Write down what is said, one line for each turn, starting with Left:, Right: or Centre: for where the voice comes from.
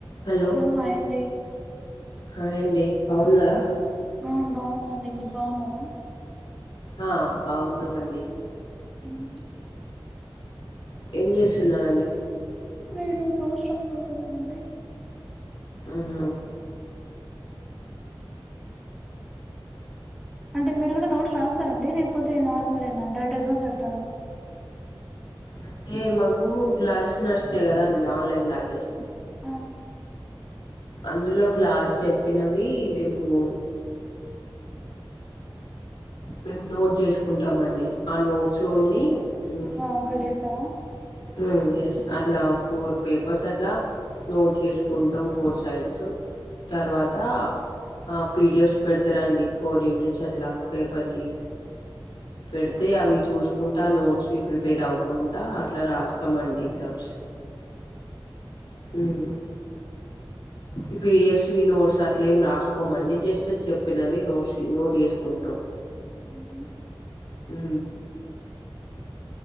Left: Hello
Centre: hi అండి
Left: hi అండి బావున్నారా!
Centre: ఆ బావున్నండి. మీరు బావున్నారా!
Left: ఆ బావున్నమండి.
Centre: ఉ ఊ
Left: ఏం జేస్తున్నరండి.
Centre: నేను నోట్స్ రాసుకుంటున్నానండి.
Left: ఆహ
Centre: అంటే మీరు గూడ నోట్స్ రాస్తారా అండి లేకపోతే నార్మలేనా డైరెక్ట్ ఎగ్జామ్స్ జరుపుతారా!
Left: అంటే మాకు క్లాసెస్ నడుస్తాయి గదా అండి ఆన్లైన్ క్లాసెస్
Centre: ఆ
Left: అందులో క్లాస్ చెప్పినవి మేము. మేము నోట్ జేసుకుంటామండీ ఆ నోట్స్ ఓన్లీ ఊ
Centre: అంకుల్ డేస్తారా
Left: ఉ ఎస్ అట్లా ఫోర్ పేపర్స్ అట్లా నోట్ చేసుకుంటాం ఫోర్ సైడ్స్ తర్వాత ఆ పీడిఎఫ్స్ పెడతారాండి ఫోర్ యూనిట్స్ అట్లా పేపర్కి అయితే అవి చూసుకుంటా నోట్స్ ప్రిపేర్ అవ్వుకుంటా అట్లా రాస్తాండి ఎగ్జామ్స్ ఉమ్ ఈ పిడిఎఫ్సివి నోట్స్ అట్లేం రాసుకోమండి జస్ట్ చెప్పినవి నోట్స్ నోట్ చేసుకుంటాం
Centre: ఉహు
Left: ఉ